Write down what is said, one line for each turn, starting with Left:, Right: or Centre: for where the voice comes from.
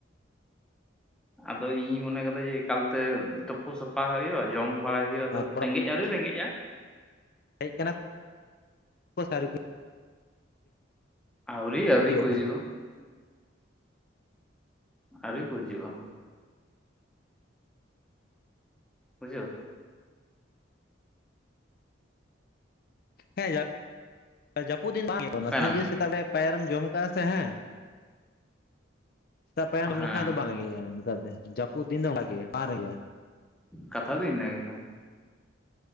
Centre: ᱟᱫᱚ ᱤᱧᱼᱤᱧ ᱢᱚᱱᱮ ᱠᱟᱫᱟ ᱡᱮ ᱮᱠᱟᱞᱛᱮ ᱛᱮ ᱠᱩ ᱥᱟᱯᱷᱟ ᱦᱳᱭᱳᱜ ᱡᱚᱢ ᱵᱟᱲᱟᱭ ᱦᱳᱭᱳᱜ ᱟᱫᱚ
Left: ᱟᱨ
Centre: ᱨᱮᱸᱜᱮᱭ ᱟᱹᱣᱨᱤ ᱨᱮᱸᱜᱮᱭᱼᱟ᱾
Left: ᱦᱮᱭ ᱠᱟᱱᱟ ᱠᱩ ᱥᱮ ᱟᱹᱣᱨᱤ ᱠᱚ
Centre: ᱟᱹᱣᱨᱤ ᱟᱹᱣᱨᱤ
Left: ᱦᱤᱡᱩᱜᱼᱟ
Centre: ᱠᱩ
Left: ᱮᱠᱷᱚᱱ
Centre: ᱡᱩᱜᱩᱜ-ᱟ
Left: ᱦᱚᱸ
Centre: ᱟᱹᱣᱨᱤ ᱠᱩ ᱦᱤᱡᱩᱜᱼᱟ ᱾ ᱵᱩᱡᱷᱟᱹᱣ
Left: ᱦᱮ ᱡᱟᱹᱯᱩᱫᱤᱱ ᱵᱟᱝ ᱜᱮ ᱱᱟᱥᱮᱱᱟᱜ
Centre: ᱚᱠᱟᱭᱱᱟᱢ
Left: ᱡᱚᱫᱤ
Centre: ᱭᱟ?
Left: ᱥᱮᱛᱟᱜ ᱵᱮᱲᱟ ᱯᱟᱭᱟᱨᱮᱢ ᱡᱚᱢ ᱠᱟᱜ ᱥᱮ ᱦᱟᱝ ᱾ ᱥᱮᱛᱟᱜ ᱯᱟᱭᱟᱢ
Centre: ᱦᱮᱸ
Left: ᱞᱮᱠᱷᱟᱱ ᱫᱚ ᱵᱟᱝ ᱨᱮᱸᱜᱮᱭᱼᱟ ᱱᱮᱛᱟᱨ ᱫᱚ ᱡᱟᱹᱯᱩᱫ ᱫᱤᱱ ᱫᱚ ᱚᱱᱠᱟᱜᱮ ᱵᱟᱝ ᱨᱮᱜᱮᱼᱟ
Centre: ᱠᱟᱛᱦᱟ ᱫᱚ ᱤᱱᱟᱹ ᱜᱮ ᱠᱟᱱᱟ